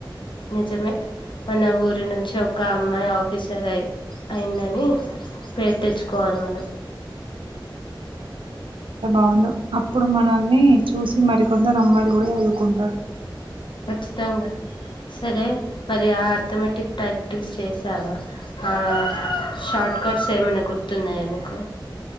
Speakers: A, on the left; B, on the right.
A: నిజమే మన ఊరి నుంచి ఒక అమ్మాయి ఆఫీసర్ అయి అయిందని పేరు తెచ్చుకోవాలి మనం
B: అవును అప్పుడు మనల్ని చూసి మరికొందరు అమ్మాయిలు కూడా చదువుకుంటారు
A: ఖచ్చితంగా సరే మరి ఆ అథమటిక్ టాక్టిక్స్ చేసావా ఆ షార్ట్ కట్స్ ఏమైనా గుర్తున్నాయా నీకు